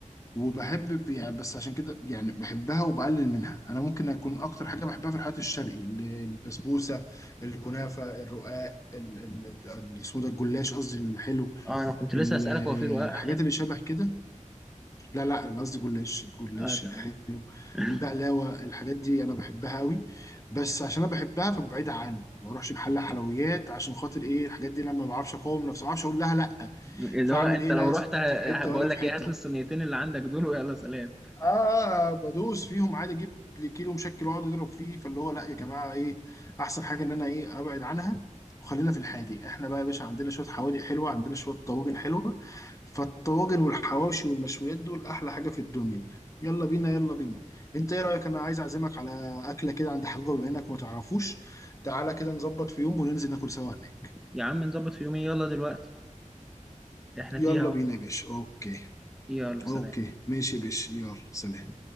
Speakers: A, on the left; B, in the centre.
A: وبحب يعني بس عشان كده يعني بحبها وبقلل منها انا ممكن اكون اكتر حاجه بحبها في الحلويات الشرقي ال- البسبوسه الكنافه الرقاق ال- ال- السودا الجلاش قصدي الحلو
B: اه أنا كنت لسه
A: الحاجات
B: أسألك هو في رقاق حلو
A: اللي شبه كده لا لا انا قصدي جلاش الجلاش
B: اه تمام
A: الحلو
B: <laughs>
A: البقلاوه الحاجات دي انا بحبها قوي بس عشان انا بحبها فبعيد عني ما اروحش محل حلويات عشان خاطر ايه الحاجات دي لما ما بعرفش اقاوم نفسي ما بعرفش اقول لها لا
B: اللي
A: فاعمل
B: هو أنت
A: ايه
B: لو
A: لا يا
B: رحت
A: ست
B: ه-
A: انت في حته
B: ه- بقول
A: وانا في
B: لك
A: حته
B: إيه هات لي الصينيتين اللي عندك دول ويلا سلام
A: اه بدوس فيهم عادي اجيب لي كيلو مشكل واقعد اضرب فيه فاللي هو لا يا جماعه ايه احسن حاجه ان انا ايه ابعد عنها وخلينا في الحادق احنا بقى يا باشا عندنا شويه حوادق حلوه عندنا شويه طواجن حلوه فالطواجن والحواوشي والمشويات دول احلى حاجه في الدنيا يلا بينا يلا بينا انت ايه رايك انا عايز اعزمك على اكله كده عند حجوجه بما انك ما تعرفوش تعالى كده نظبط في يوم وننزل ناكل سوا هناك
B: يا عم نظبط في يومين يلا دلوقتي إحنا
A: يلا
B: فيها
A: بينا
B: أهو
A: يا باشا اوكي
B: يلا سلام
A: اوكي ماشي يا باشا يلا سلام